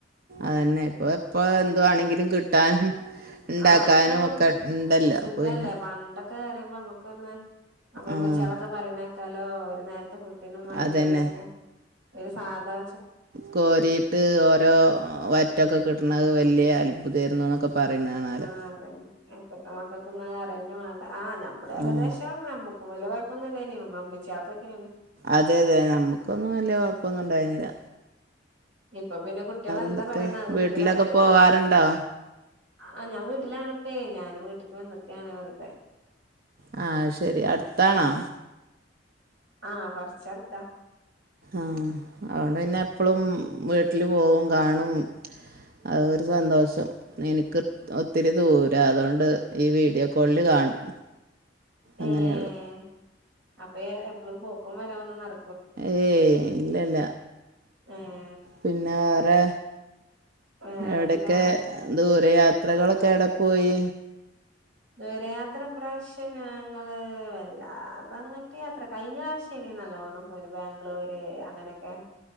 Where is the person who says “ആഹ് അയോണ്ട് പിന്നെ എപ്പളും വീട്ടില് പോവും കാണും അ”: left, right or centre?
Right